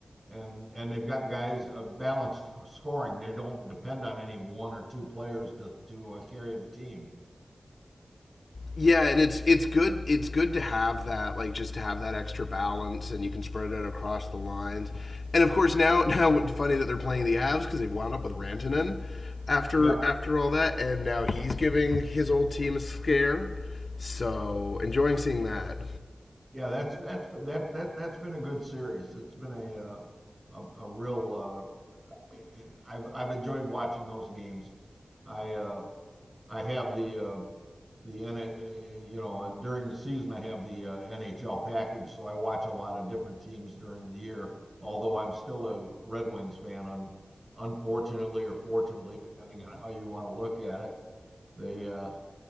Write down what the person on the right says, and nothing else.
and and they've got guys uh, balanced scoring. They don't depend on any one or two players to to uh, carry the team.
Yep,
yeah, that's that's that that that's been a good series. It's been a uh, a, a real. Uh, I've I've enjoyed watching those games. I uh, I have the uh, the N, uh, you know, uh, during the season, I have the uh, NHL package, so I watch a lot of different teams during the year. Although I'm still a Red Wings fan, un, unfortunately or fortunately, depending on how you want to look at it, they uh,